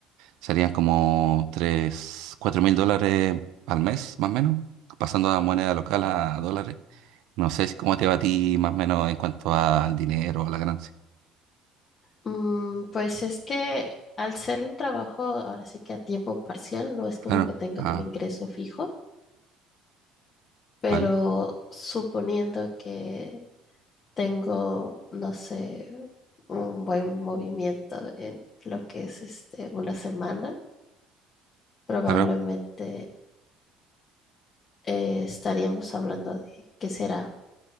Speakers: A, on the right; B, on the left.
A: serían como 3 4 mil dólares al mes, más o menos, pasando a moneda local a dólares. No sé si cómo te va a ti, más o menos, en cuanto al dinero, a la ganancia.
B: Mm, pues es que al ser un trabajo, ahora sí que a tiempo parcial, no es
A: Claro,
B: como que tenga
A: ah,
B: un ingreso fijo, pero
A: vale,
B: suponiendo que tengo, no sé, un buen movimiento en lo que es este una semana, probablemente
A: claro,
B: eh, estaríamos hablando de, ¿qué será?